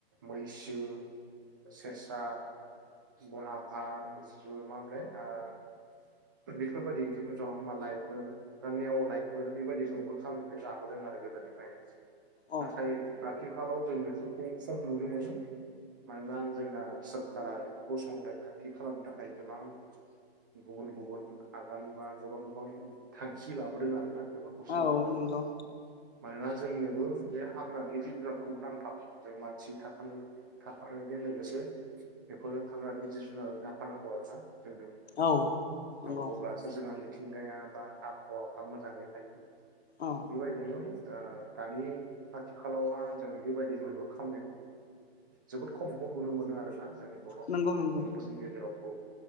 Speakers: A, on the right; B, on the left.
A: मैसो सेसा बनहाफा मा मोनलाय ओ बेफोरबायदिनो जाहामालायफोर ओ नेेवलाय फोर बेबायदि मैहुर खालामनानै जाबोदों आरो गोदोनिफ्राय
B: औ
A: नाथाय आथि आथिखालाव जों बेफोरखौ खम नुनो मोनो मानोना जोंना सोरखारा बेफोरखौ संरैखा थि खालामनो थाखाय गोबां गुबुन गुबुन आगान बा गोबां गोबां थांखि लाबोदों आरो ना बेफोरखौ सावरायगारदों
B: औ नोंगौ
A: मानोना जोंनोबो बे हाग्रानि जिब जुनारखौबो नांफागौ जों मानसि थाफानाय थाफानायजों लोगोसे बेफोरनो हाग्रानि जिब जुनारखौ लाफानांगौ आरो हा जोंजों
B: औ नंगौ
A: औ अब्लासो जोंहा थिंगायाबा आबहावाफ्रा मोजाङै हायो
B: औ
A: बिबायदिनो ओ दानि आथिखालावहा जों बेबायदि मैगं <unintelligible> खम जोबोद खम खम नुनो मोनो आरो जोंनि बर' सुबुंफोरनि
B: नंगौ नंगौ
A: गेजेराव औ